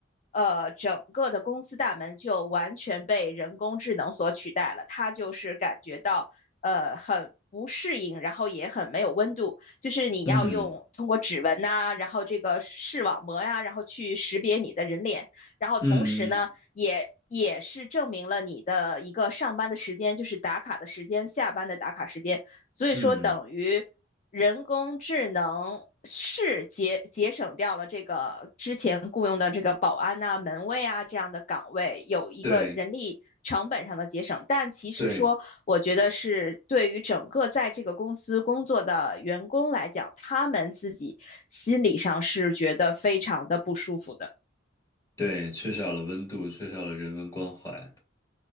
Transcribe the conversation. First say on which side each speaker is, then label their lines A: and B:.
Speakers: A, on the left (about 40°); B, on the left (about 15°).
A: 呃整个的公司大门就完全被人工智能所取代了，他就是感觉到呃很。不适应，然后也很没有温度，就是你要用通过指纹呐、
B: 嗯嗯
A: 然后这个视网膜呀、然后去识别你的人脸，然后同时呢，
B: 嗯嗯，
A: 也也是证明了你的一个上班的时间，就是打卡的时间，下班的打卡时间。所以说，
B: 嗯
A: 等于人工智能是节节省掉了这个之前雇佣的这个保安呐、门卫啊这样的岗位，有一个人力成本上的节省。
B: 对
A: 但其实说，
B: 对。
A: 我觉得是对于整个在这个公司工作的员工来讲，他们自己心理上是觉得非常的不舒服的。
B: 对，缺少了温度，缺少了人文关怀。